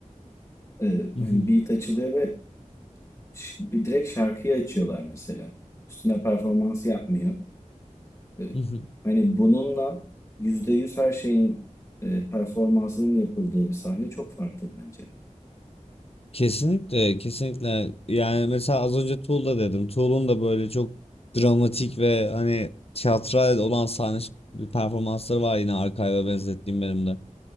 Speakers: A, on the left (about 25°); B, on the left (about 50°).
A: e,
B: mhm,
A: hani beat açılıyor ve ş- bir direkt şarkıyı açıyorlar mesela. Üstüne performans yapmıyor. E,
B: mhm.
A: hani bununla %100 her şeyin e, performansının yapıldığı bir sahne çok farklı bence.
B: Kesinlikle, kesinlikle. Yani mesela az önce Tool'da dedim. Tool'un da böyle çok dramatik ve hani tiyatral olan sahne performansları var yine Archive'a benzettiğim benim de.